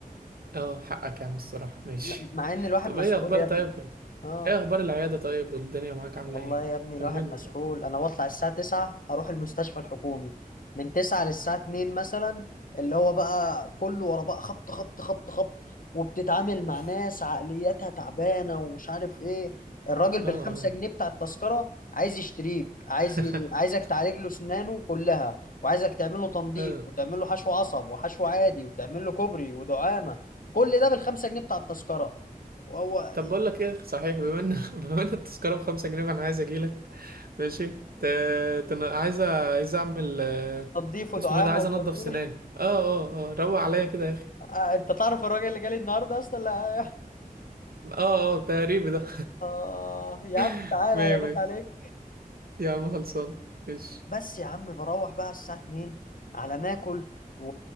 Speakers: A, on the right; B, on the left.
A: اه حقك يا عم الصراحة ماشي
B: لا مع ان
A: <laughs>
B: الواحد
A: طب
B: مسؤول
A: ايه اخبار
B: يا ابني
A: طيب
B: اه
A: ايه اخبار العيادة طيب والدنيا معاك عاملة
B: والله
A: ايه
B: يا ابني الواحد
A: طمني
B: مسحول
A: كده
B: انا بطلع الساعة 9 اروح المستشفى الحكومي من 9 للساعة 2 مثلا اللي هو بقى كله ورا بقى خبط خبط خبط خبط وبتتعامل مع
A: اوف
B: ناس عقلياتها تعبانة ومش عارف ايه الراجل
A: اه
B: بالخمسة
A: اه
B: جنيه بتاع التذكرة عايز يشتريك عايز
A: <laughs>
B: ي- عايزك تعالج له سنانه كلها وعايزك تعمل له تنظيف
A: اه
B: وتعمل له حشو عصب وحشو عادي وتعمل له كوبري ودعامة كل ده بالخمسة جنيه بتاع التذكرة وهو
A: طب بقول لك ايه صحيح بما ان <laughs> بما ان التذكرة بخمسة جنيه فانا عايز اجيلك ماشي ت... تن... عايز أ- عايز اعمل آه،
B: تنظيف ودعامة
A: اسمه ايه ده عايز
B: وكربون.
A: انضف سناني اه اه اه روق عليا كده يا اخي
B: آه، انت تعرف الراجل اللي جالي النهارده اصلا لا
A: اه اه تقريبي ده
B: اه يا عم
A: <laughs>
B: تعالى
A: مية
B: هي
A: مية
B: جت عليك
A: يا عم خلصان ماشي
B: بس يا عم بروح بقى الساعه 2 على ما اكل و...